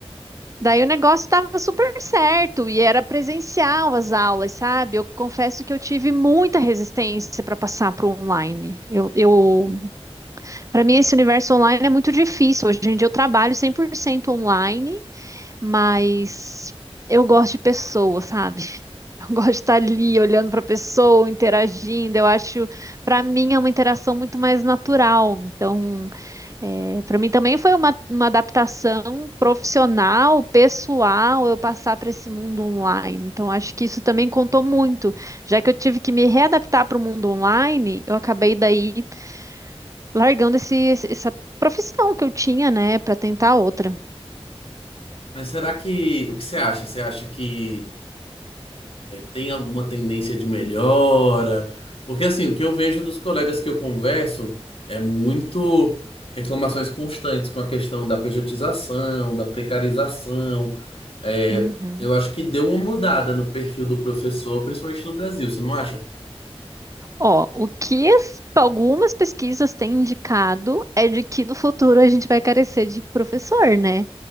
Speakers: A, on the right (about 30°); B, on the left (about 65°).
A: Daí o negócio estava super certo e era presencial as aulas, sabe? Eu confesso que eu tive muita resistência para passar para o online. Eu, eu Para mim, esse universo online é muito difícil. Hoje em dia eu trabalho 100% online, mas eu gosto de pessoas, sabe? <laughs> Eu gosto de estar ali olhando para a pessoa, interagindo. Eu acho, para mim, é uma interação muito mais natural. Então, para mim também foi uma, uma adaptação profissional, pessoal, eu passar para esse mundo online. Então, acho que isso também contou muito. Já que eu tive que me readaptar para o mundo online, eu acabei daí largando esse, esse- essa profissão que eu tinha, né, para tentar outra.
B: mas será que... O que você acha? Você acha que Tem alguma tendência de melhora? Porque assim, o que eu vejo dos colegas que eu converso é muito reclamações constantes com a questão da pejotização, da precarização. É,
A: Uhum.
B: eu acho que deu uma mudada no perfil do professor, principalmente no Brasil, você não acha?
A: Ó, o que as- algumas pesquisas têm indicado é de que no futuro a gente vai carecer de professor, né?